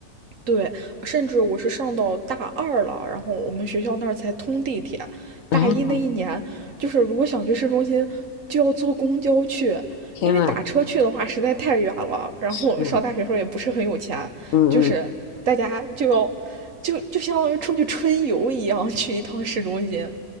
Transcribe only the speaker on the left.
然后
天呐，
是啊，嗯嗯